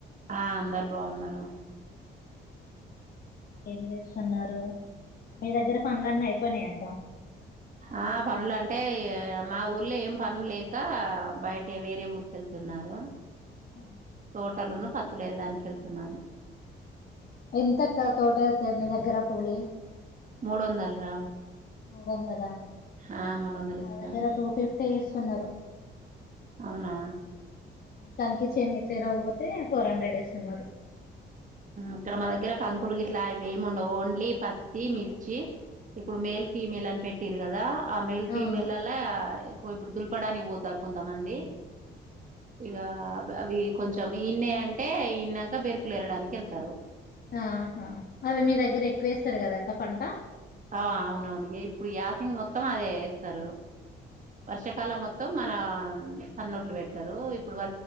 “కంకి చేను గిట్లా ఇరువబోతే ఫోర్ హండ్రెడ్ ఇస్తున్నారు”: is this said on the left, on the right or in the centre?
Left